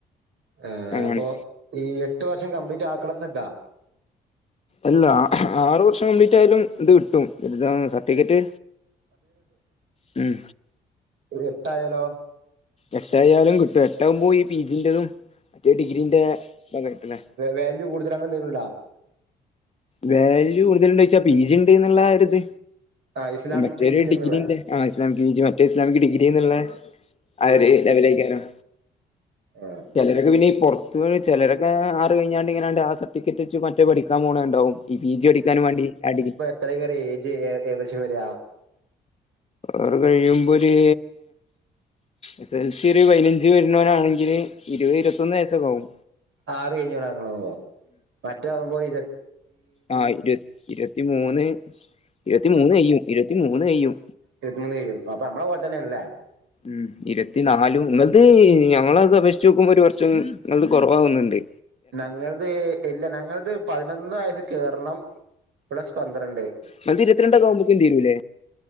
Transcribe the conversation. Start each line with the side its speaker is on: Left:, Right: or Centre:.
Right: ആ
Left: അങ്ങനെ
Right: അപ്പൊ ഈ എട്ടുവർഷം കംപ്ലീറ്റാക്കണന്നൊണ്ടാ
Left: അല്ലാ ആറുവർഷം കംപ്ലീറ്റായാലും ഇത് കിട്ടും ട്ട <unintelligible> ഉം
Right: ഇത് എട്ടായാലോ....
Left: എട്ട ആായാലും കിട്ടും എട്ടാകുമ്പോ ഈ പീജിയതും മറ്റേ ഡിഗ്രീന്റെ തലെകിട്ട് ണെ
Right: വാല്യ കൂടുതലാങ്ങനെ അങ്ങനെ എന്തേലുംണ്ടോ.
Left: വാല്യൂ കൂടുതലുണ്ടോ ച്ചാ പി ജി ഉണ്ട് എന്നുള്ള ഒരുത്
Right: ആ ഇസ്ലാമിക്
Left: മറ്റേരു
Right: പേജ് ഉണ്ടെന്നുള്ള
Left: ഡിഗ്രി ഉണ്ട്. ആ ഇസ്ലാമിക് പി ജി മറ്റേ ഇസ്ലാമിക് ഡിഗ്രി എന്നുള്ള ആ ഒരു ലെവലേക്കാരം
Right: ഉം....
Left: ചിലരൊക്കെ പിന്നെഈ പുറത്തത്ത് ചിലരൊക്കെ ആറ് കഴിഞ്ഞാണ്ട് ഇങ്ങനാണ്ട് ആ സർട്ടിഫിക്കറ്റ് വെ മറ്റേ പഠിക്കൻ പോണേ ഉണ്ടാവും. ഈ പി ജി അടിക്കാനൻ വേണ്ടി അടി
Right: ഇത്തരക്കാരുടെ എയ്ജ് ഏകദേശം വരിക
Left: അത് കഴിയുമ്പോര് എസ് എൽ സി ഒരു പതിനഞ്ച് വരുന്നവനാണെങ്കിൽ ഇരുപത് ഇരുപത്തൊന്ന് വയസ്സൊക്കെ ആകും.
Right: ആറ് കഴഞ്ഞൂറ്ക്കണുമ്പോ മറ്റാകുമ്പോൾ ഇരു
Left: ആ ഇരു ഇരുപത്തിമൂന്ന് ഇരുപത്തിമൂന്ന് അയ്യും ഇരുപത്തിമൂന്ന് കയ്യും.
Right: ഇരുപത്തി മൂന്ന് കഴും അപ്പ നമ്മള പോല തന്നെയന്നല്ലേ.
Left: ഉം ഇരുത്തിനാലും ഇങ്ങൾത് ഞങ്ങളത് അപേക്ഷിച്ച് നോക്കുമ്പോ ഒരു വർഷം ഇങ്ങൾത് കുറവാകുന്ന്ണ്ട്
Right: ഞങ്ങളത് ഇല്ല ഞങ്ങളത് പതിനൊന്ന് വയസ്സ് കയറണം പ്ലസ് പന്ത്രണ്ട്....
Left: ങ്ങളത് ഇരുപ രണ്ട ആകുമ്പക്കും തീരലേ.